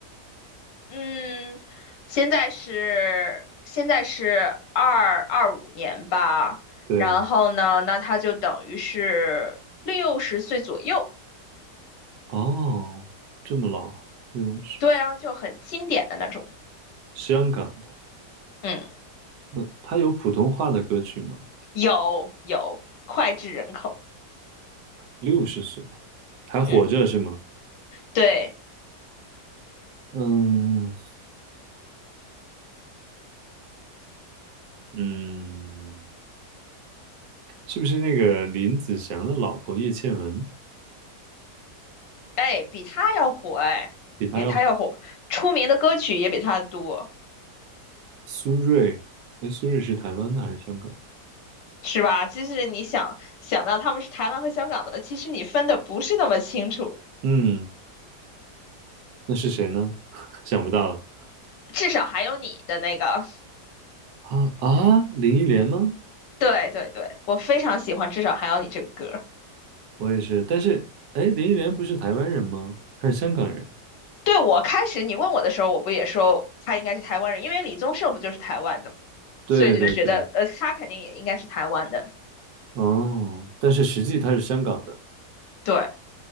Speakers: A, on the left (about 85°); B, on the right (about 85°).
A: 嗯，现在是现在是二二五年吧，
B: 对，
A: 然后呢，那他就等于是六十岁左右，
B: 哦，这么老，六十岁，
A: 对啊，就很经典的那种，
B: 香港的。
A: 嗯，
B: 那他有普通话的歌曲吗？
A: 有有脍炙人口，
B: 六十岁还活着是吗？
A: 嗯，对，
B: 嗯嗯，是不是那个林子祥的老婆叶倩文
A: 哎，比他要火，哎，
B: 比他要火？
A: 比他要火，出名的歌曲也比他多，
B: 苏芮，哎，苏芮是台湾的还是香港？
A: 是吧？就是你想想到他们是台湾和香港的，其实你分的不是那么清楚，
B: 嗯。那是谁呢？<laughs> 想不到了
A: 至少还有你的那个。
B: 啊啊！林忆莲吗？
A: 对对对，我非常喜欢，至少还有你这个歌。
B: 我也是，但是哎，林忆莲不是台湾人吗？她是香港人。
A: 对，我开始你问我的时候，我不也说他应该是台湾人，因为李宗盛不就是台湾的嘛，
B: 对对对，
A: 所以就觉得呃，他肯定也应该是台湾的。
B: 哦，但是实际她是香港的。
A: 对，